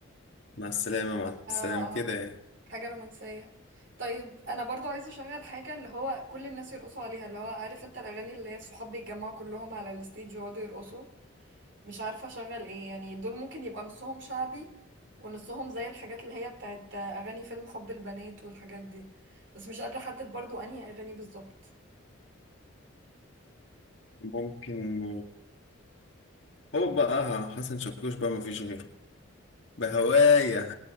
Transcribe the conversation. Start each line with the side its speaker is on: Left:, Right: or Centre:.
Left: مع السلامة مع
Right: آه
Left: السلامة
Right: آه.
Left: كده يعني
Right: حاجة رومانسية طيب أنا برضو عايزة أشغل حاجة اللي هو كل الناس يرقصوا عليها اللي هو عارف أنت الأغاني اللي هي الصحاب بيتجمعوا كلهم على الستيج ويقعدوا يرقصوا مش عارفة اشغل ايه يعني دول ممكن يبقى نصهم شعبي ونصهم زي الحاجات اللي هي بتاعت اغاني فيلم حب البنات والحاجات دي بس مش قادرة احدد برضو انهي اغاني بالظبط
Left: ممكن هو بقى حسن شاكوش بقى مفيش غيره بهوايا